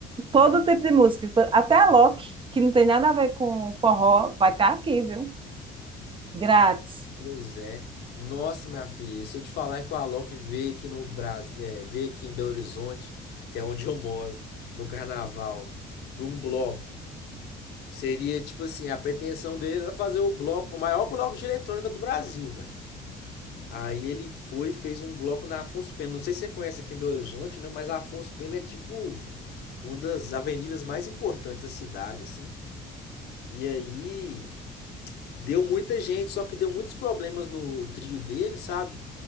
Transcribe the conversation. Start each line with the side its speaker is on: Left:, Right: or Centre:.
Right: todo tipo de música. Até a Loki, que não tem nada a ver com forró, vai estar aqui, viu? Grátis.
Left: pois é. Nossa, minha filha, se eu te falar que o Alok veio aqui no Brasil, é, veio aqui em Belo Horizonte, que é onde eu moro, no carnaval, para um bloco. Seria tipo assim, a pretensão dele era fazer o bloco, o maior bloco de eletrônica do Brasil, velho. Aí ele foi e fez um bloco na Afonso Pena. Não sei se você conhece aqui em Belo Horizonte, né? Mas a Afonso Pena é tipo uma das avenidas mais importantes da cidade, assim. E aí deu muita gente, só que deu muitos problemas no trio dele, sabe?